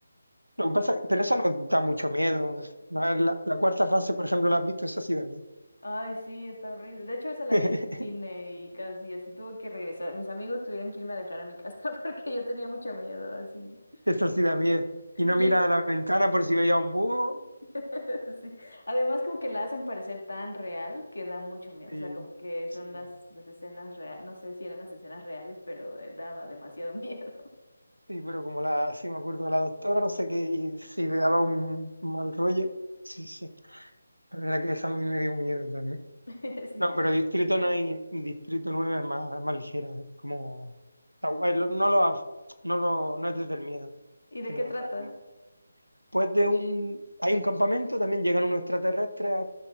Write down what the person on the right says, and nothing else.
Lo que pasa, pero esa nos da mucho miedo. La, la- la cuarta fase, por ejemplo, la has visto, esa sí da miedo.
<laughs>
Esa sí da miedo. Y
no mira
a la ventana por si veía un búho.
Sí,
sí,
sí, pero como la, sí me acuerdo de la doctora, no sé qué, y si le daba un mal rollo. Sí, sí. La verdad que esa a mí me dio miedo también.
No, pero Distrito no hay, Distrito nueve es más, es más ligera, es como, está guay, lo- no lo, af- no lo, no es desde el miedo,
tiene
otra, como después de un, hay un campamento, también llegan unos extraterrestres, a-